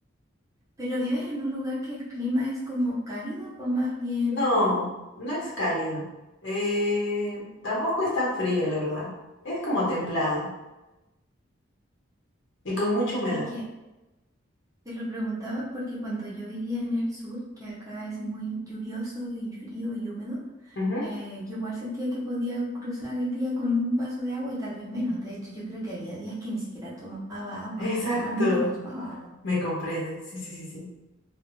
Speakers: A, on the right; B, on the left.
A: ¿Pero vives en un lugar que el clima es como cálido o más bien
B: No,
A: frío?
B: no es cálido. Eh, tampoco es tan frío, la verdad. Es como templado y con mucha humedad.
A: Es que Te lo preguntaba porque cuando yo vivía en el sur, que acá es muy lluvioso y frío y húmedo,
B: Ujú.
A: eh, yo igual sentía que podía cruzar el día con un vaso de agua y tal vez menos. De hecho, yo creo que había días que ni siquiera tomaba
B: <laughs>
A: agua.
B: Exacto,
A: Normalmente no tomaba agua.
B: me comprendes. Sí, sí, sí, sí.